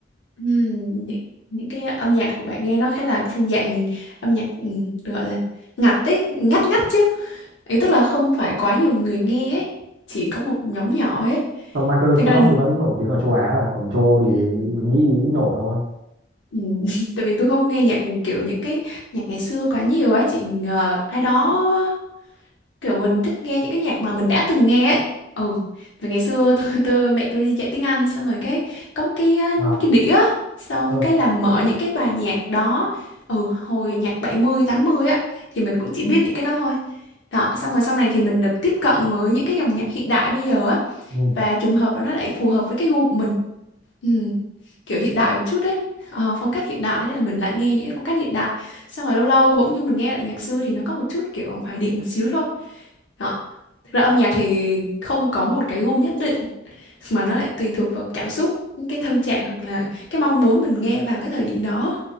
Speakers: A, on the left; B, on the right.
A: Ừ. Những, những cái âm nhạc của bạn nghe nó khá là thiên dạng âm nhạc ừ, được gọi là ngặt ấy ngắt ngắt chứ ý tức là không phải quá nhiều người nghe ấy chỉ có một nhóm nhỏ ấy
B: Còn Michael Snow
A: thực ra
B: thì vẫn nổi tiếng ở châu Á và còn châu Âu thì
A: ừ.
B: với Mỹ nghĩ ít nổi thôi.
A: Ừ, <laughs> tại vì tôi không nghe nhạc kiểu những cái nhạc ngày xưa quá nhiều ấy chị ngờ ai đó kiểu mình thích nghe những cái nhạc mà mình đã từng nghe ấy ừ vì ngày xưa <laughs> tôi, tôi mẹ tôi đi dạy tiếng Anh xong rồi cái có một cái ờ,
B: À,
A: cái đĩa xong
B: ờ,
A: cái là mở những cái bài nhạc đó ừ hồi nhạc bảy mươi tám mươi á thì mình cũng chỉ biết những cái đó thôi đó xong rồi sau này thì mình được tiếp cận với những cái dòng nhạc hiện đại bây giờ á
B: ừ.
A: và trùng hợp là nó lại phù hợp với cái gu của mình ừ kiểu hiện đại một chút đấy Ờ, phong cách hiện đại thế là mình lại nghe những cái phong cách hiện đại xong rồi lâu lâu bỗng dưng mình nghe lại nhạc xưa thì nó có một chút kiểu hoài niệm một xíu thôi đó thực ra âm nhạc thì không có một cái gu nhất định mà nó lại tùy thuộc vào cảm xúc cái tâm trạng hoặc là cái mong muốn mình nghe vào cái thời điểm đó